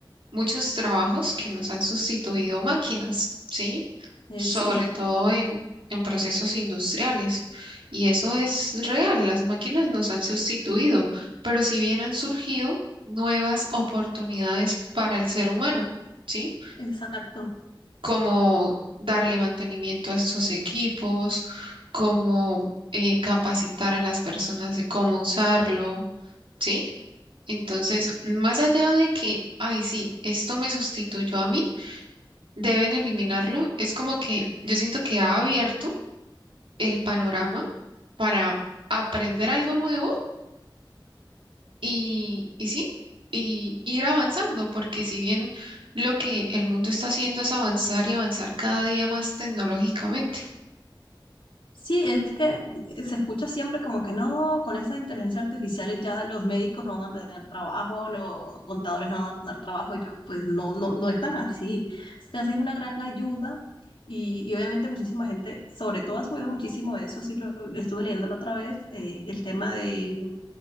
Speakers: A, on the right (about 80°); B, on the left (about 85°).
A: muchos trabajos que nos han sustituido máquinas, ¿sí?
B: Eh,
A: Sobre
B: sí,
A: todo en, en procesos industriales. Y eso es real, las máquinas nos han sustituido, pero si bien han surgido nuevas oportunidades para el ser humano, ¿sí?
B: <laughs> exacto,
A: Como darle mantenimiento a estos equipos, como eh, capacitar a las personas de cómo usarlo, ¿sí? Entonces, más allá de que, ay, sí, esto me sustituyó a mí, deben eliminarlo. Es como que yo siento que ha abierto el panorama para aprender algo nuevo y, y sí, y ir avanzando, porque si bien lo que el mundo está haciendo es avanzar y avanzar cada día más tecnológicamente.
B: Sí, es que eh, se escucha siempre como que no, con esas inteligencias artificiales ya los médicos no van a tener trabajo, los contadores no van a tener trabajo, y yo, pues no, no, no es tan así. O sea, sí es una gran ayuda y, y obviamente muchísima gente, sobre todo ha subido muchísimo eso, sí lo, lo estuve leyendo la otra vez, eh, el tema de